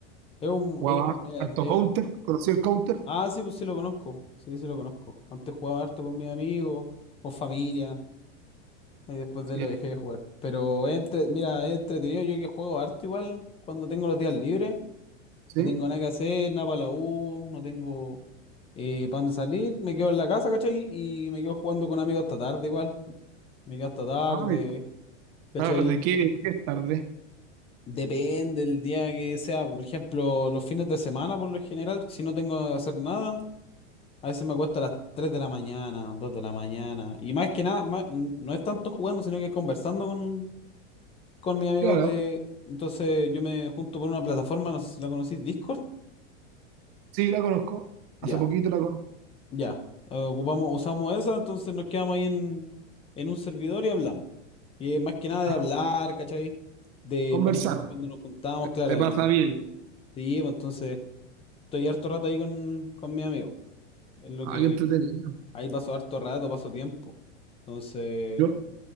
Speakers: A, on the left (about 15°); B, on the right (about 35°).
A: Es un.
B: Jugaba
A: eh, mira,
B: harto
A: eh,
B: Counter, conocí el Counter,
A: Ah, sí, pues sí lo conozco. Sí, sí lo conozco. Antes jugaba harto con mis amigos, con familia. Y después
B: sí,
A: de lo dejé de jugar. Pero es entre- mira, es entretenido yo que juego harto igual cuando tengo los días libres.
B: sí.
A: No tengo nada que hacer, nada para la U, no tengo eh, para dónde salir. Me quedo en la casa, ¿cachai? Y me quedo jugando con amigos hasta tarde igual. Me quedo hasta tarde,
B: Ay,
A: ¿cachai?
B: tarde, ¿qué, qué es tarde?
A: Depende del día que sea. Por ejemplo, los fines de semana, por lo general, si no tengo que hacer nada, a veces me acuesto a las 3 de la mañana, 2 de la mañana. Y más que nada, más- no es tanto jugando, sino que conversando con, con mis amigos
B: Claro,
A: de... Entonces yo me junto por una plataforma, no sé si la conocís, Discord.
B: sí la conozco, hace
A: Ya.
B: poquito la con-
A: Ya, eh, ocupamos, usamos esa, entonces nos quedamos ahí en, en un servidor y hablamos. Y eh, más que nada de
B: ah,
A: hablar, ¿cachai? De
B: conversaron,
A: planificar cuando nos juntamos,
B: se,
A: claro,
B: se
A: de
B: pasa
A: compartir.
B: bien,
A: Sí, pues, entonces estoy harto rato ahí con, con mi amigo. Es lo
B: ah,
A: que
B: qué entretenido.
A: ahí paso harto rato, paso tiempo. Entonces,
B: Yo,